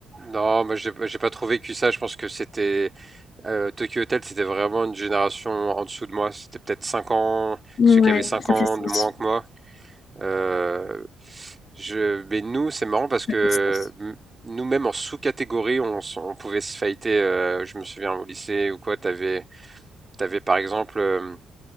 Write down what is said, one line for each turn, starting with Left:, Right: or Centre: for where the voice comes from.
Right: Non, moi j'ai j'ai pas trop vécu ça. Je pense que c'était euh, Tokyo Hotel, c'était vraiment une génération en dessous de moi. C'était peut-être 5 ans,
Left: Ouais,
Right: ceux qui avaient 5
Left: ça
Right: ans
Left: fait sens.
Right: de moins que moi. Euh, je, mais nous, c'est marrant parce
Left: Ça
Right: que
Left: fait sens.
Right: m- nous-mêmes en sous-catégorie, on, s- on pouvait se fighter. euh, je me souviens au lycée ou quoi, t'avais T'avais par exemple, euh,